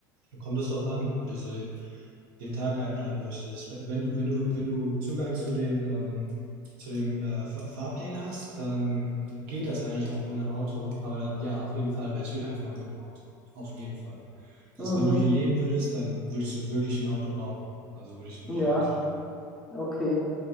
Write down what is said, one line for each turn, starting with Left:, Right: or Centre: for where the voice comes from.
Right: Kommt es darauf an, wie du so den, den Tag einplanen möchtest. Wenn wenn du, wenn du, wenn du Zugang zu den, ähm, zu dem äh, Fahr- Fahrplan hast, dann geht das eigentlich auch ohne Auto. Aber da- ja, auf jeden Fall wäre es viel einfacher mit dem Auto. Auf jeden Fall. Also
Centre: mhm,
Right: wenn du hier leben würdest, dann würdest du wirklich ein Auto brauchen. Also würde ich, würde
Centre: ja.
Right: ich eigentlich sagen.
Centre: Okay.